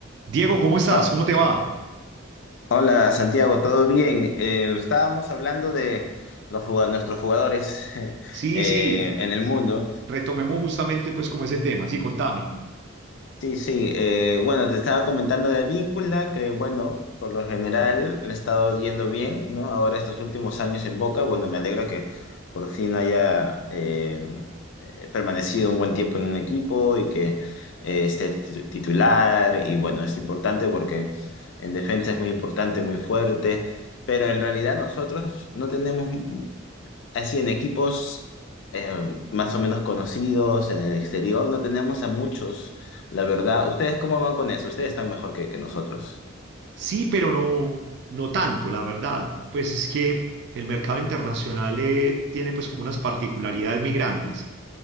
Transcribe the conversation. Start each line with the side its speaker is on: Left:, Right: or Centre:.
Right: Diego, ¿cómo estás?
Left: Ho-
Right: ¿Cómo te va?
Left: Hola Santiago, ¿todo bien? Eh, estábamos hablando de los jugad- nuestros jugadores <laughs>
Right: Sí,
Left: eh,
Right: sí, te- te-
Left: en el
Right: te-
Left: mundo
Right: retomemos justamente pues como ese tema, sí, contame.
Left: Sí, sí. eh, bueno, te estaba comentando de Advíncula, que bueno, por lo general le ha estado yendo bien, ¿no? Ahora estos últimos años en Boca, bueno, me alegra que por fin haya eh, eh, permanecido un buen tiempo en un equipo y que eh, esté titu- titular. Y bueno, es importante porque en defensa es muy importante, muy fuerte. Pero en realidad nosotros no tenemos Así en equipos eh, más o menos conocidos en el exterior no tenemos a muchos, la verdad. ¿Ustedes cómo van con eso? Ustedes están mejor que, que nosotros.
Right: Sí, pero no, no tanto, la verdad. Pues es que el mercado internacional eh, tiene pues como unas particularidades muy grandes.